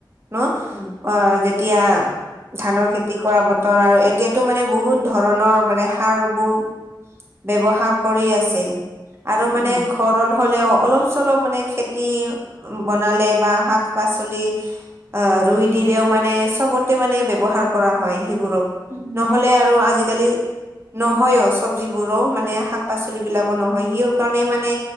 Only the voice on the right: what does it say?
ন
অ যেতিয়া ধানৰ খেতি কৰা বতৰ আৰু এতিয়াতো মানে বহুত ধৰণৰ মানে সাৰবোৰ ব্যৱহাৰ কৰি আছে আৰু মানে
ঘৰত হ'লেও অলপ পচলপ মানে খেতি বনালে বা শাক পাচলি ৰুই দিলে মানে চবতে মানে ব্যৱহাৰ কৰা হয়। সেইবোৰক
নহলে আৰু আজিকালি নহয়। চব্জিবোৰো মানে শাক পাচলি বিলাকো নহয় সিৰ কাৰণে মানে